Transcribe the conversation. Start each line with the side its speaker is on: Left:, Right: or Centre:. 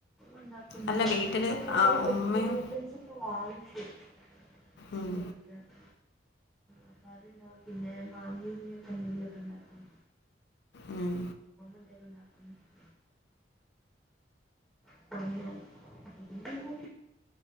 Centre: ഉണ്ടാക്കുന്നില്ല
Left: അല്ല
Centre: പിന്നെ
Left: വീട്ടിൽ
Centre: എങ്ങളടെ കൂട്ടൽ
Left: ആ
Centre: ബേക്കറി
Left: ഉമ്മയും
Centre: ഐറ്റംസ് <unintelligible>
Left: ഉം,
Centre: അപ്പൊ അത്ണ്ടാവും പിന്നെ മാമി എന്തെങ്കിലുമൊക്കെ ഉണ്ടാക്കും
Left: ഉം.
Centre: <unintelligible> അങ്ങനെ